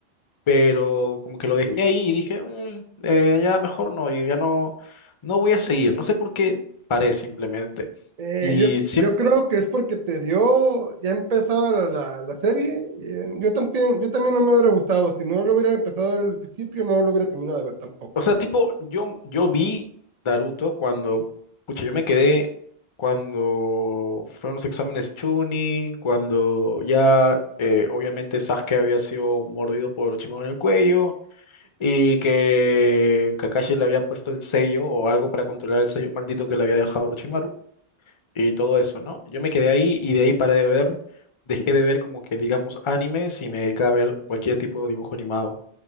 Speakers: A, on the left; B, on the right.
A: pero como que lo dejé ahí y dije, "Mm, eh, ya mejor no, y ya no, no voy a seguir, no sé por qué paré simplemente.
B: Eh,
A: Y
B: yo,
A: siempre...
B: yo creo que es porque te dio ya empezada la, la, la serie. eh, Yo también, yo también no me hubiera gustado. Si no lo hubiera empezado a ver al principio, no lo hubiera terminado de ver tampoco.
A: O sea, tipo, yo, yo vi Naruto cuando, pucha, yo me quedé cuando fueron los exámenes Chunin, cuando ya eh, obviamente Sasuke había sido mordido por Orochimaru en el cuello y que Kakashi le había puesto el sello o algo para controlar el sello maldito que le había dejado Orochimaru y todo eso, ¿no? Yo me quedé ahí y de ahí paré de ver, dejé de ver como que digamos animes y me dediqué a ver cualquier tipo de dibujo animado.